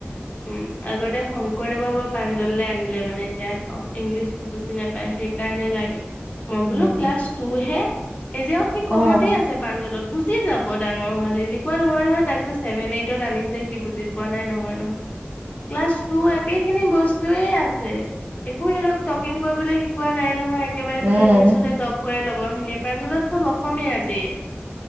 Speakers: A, on the left (about 35°); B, on the right (about 35°).
A: উম আগতে শংকৰদেৱ বা পাঞ্জল। কেলে আনিলে মানে এতিয়া ইংলিছটো বুজি নাপায়। সেইকাৰণে লাগে। মই
B: উম
A: বোলো ক্লাছ টু হে। এ যে উসিত কমতে
B: অ
A: আছে প্ৰাঞ্জলত বুজি। বুজি যাব ডাঙৰ হ'লে এনেকুৱা নহয় নহয় তাক যে ছেভেন এইটত আনিছে সি বুজি। কোৱা নাই নহয় ন ক্লাছ টু একে খিনি বস্তুয়ে আছে একো সিহঁতক টকিং কৰিবলে শিকোৱা নাই নহয়। <unintelligible>
B: উম
A: বোলে ইংলিছতহে টপ কৰে লগ। গৰখিনি <unintelligible> প্ৰাঞ্জলত টো লগ পামে আজি